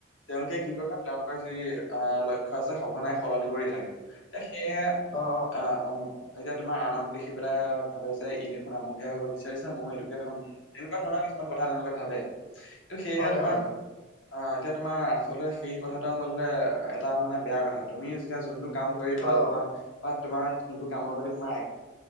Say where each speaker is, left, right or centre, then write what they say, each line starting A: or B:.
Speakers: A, on the left (about 75°); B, on the left (about 25°).
A: তেওঁলোকে কি কৰে তেওঁলোকৰ যি আহ' লক্ষ্য আছে সঘনাই সলনি কৰি থাকে, এতিয়া সেয়েহে
B: অ অ
A: আহ'! অ' এতিয়া তোমাৰ আনক দেখি পেলাই ভাবে যে ই দেখোন আমুকহে হব বিচাৰিছে মইয়ো এইটোকে হম। এনেকুৱা ধৰণৰ কিছুমান কথা তেওঁলোকে ভাবে। ত' সেয়েহে
B: হয়
A: তোমাৰ
B: হয়
A: অ' এতিয়া তোমাৰ আচলতে সেই কথাটো আচলতে এটা মানে বেয়া কথা তুমি যেতিয়া যোনটো কাম কৰি ভাল
B: অ
A: পোৱা বা তোমাৰ কোনটো কামৰ প্ৰতি তোমাৰ